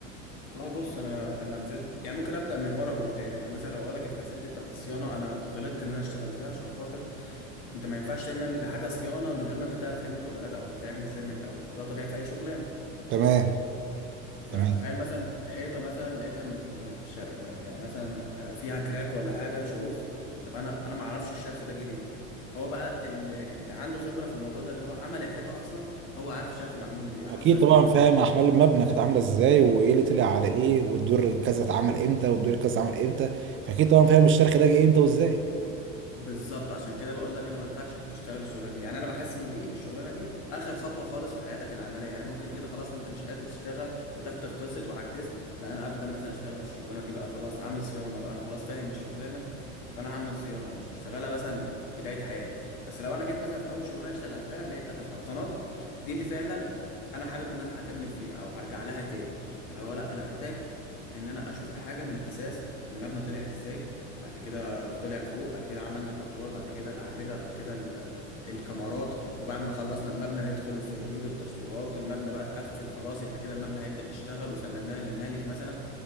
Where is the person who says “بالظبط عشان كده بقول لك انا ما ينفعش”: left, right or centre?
Left